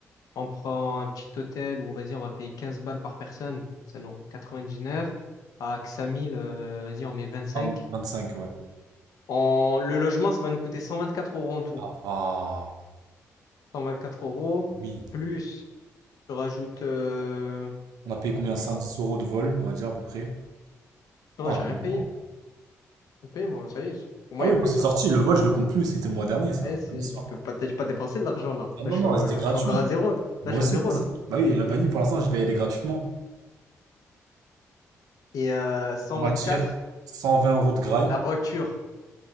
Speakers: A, on the left; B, on the right.
A: on prend un petit hôtel où, vas-y, on va payer 15 balles par personne, ça nous rend 99. À Ksamil, euh, vas-y, on met 25.
B: 20 25, ouais.
A: En, le logement, ça va nous coûter 124 euros en tout.
B: Ah, va.
A: 124 euros,
B: Ah Oui.
A: plus, je rajoute, euh,
B: On a payé combien? 110
A: c'est quoi
B: euros de vol, on va dire, à peu près.
A: Non,
B: Non, on
A: j'ai
B: a payé
A: rien
B: moins.
A: payé. J'ai payé, moi, ça y est, pour moi,
B: Ah oui,
A: il n'y a plus,
B: moi c'est
A: là.
B: sorti, le vol je le compte plus, c'était le mois dernier ça,
A: Eh, c'est,
B: fin de l'histoire.
A: je peux pas, j'ai pas dépensé de l'argent là.
B: Ah non,
A: Là, je,
B: non,
A: suis je-
B: c'était gratuit.
A: je suis encore à zéro là.
B: Moi
A: Là, je suis
B: aussi,
A: à zéro
B: moi aussi.
A: là.
B: Bah oui, et la vanille pour l'instant je vais y aller gratuitement.
A: Et euh, 124,
B: On va dire 120 euros de graille,
A: la voiture,